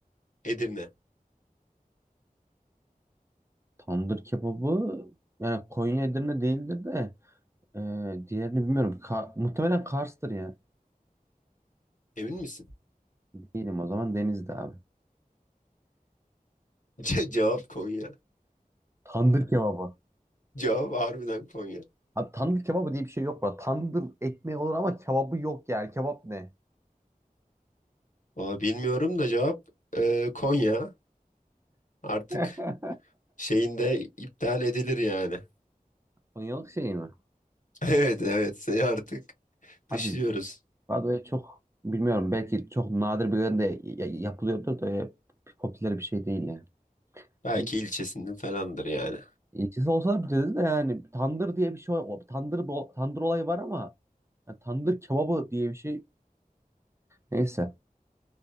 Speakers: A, on the left; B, on the right.
A: Edirne.
B: Tandır kebabı yani Konya Edirne değildir de e, diğerini bilmiyorum. Ka- muhtemelen Kars'tır ya.
A: Emin misin?
B: Diyelim o zaman Denizli abi.
A: <laughs> Ce- cevap Konya.
B: Tandır kebabı.
A: Cevap harbiden Konya.
B: Abi tandır kebabı diye bir şey yok. bu arada. Tandır ekmeği olur ama kebabı yok yani. Kebap ne?
A: Valla bilmiyorum da cevap e, Konya. Artık
B: <laughs>
A: şeyinde iptal edilir yani. <laughs>
B: Konyalık şey mi?
A: Evet evet seni artık dışlıyoruz.
B: Abi Vado'ya çok bilmiyorum. Belki çok nadir bir yerde ya- yapılıyordur da öyle popüler bir şey değil yani.
A: Belki
B: Ne?
A: ilçesinden falandır yani.
B: İlçesi olsa bir dedi de yani tandır diye bir şey o- tandır bo- tandır olayı var ama yani tandır kebabı diye bir şey neyse.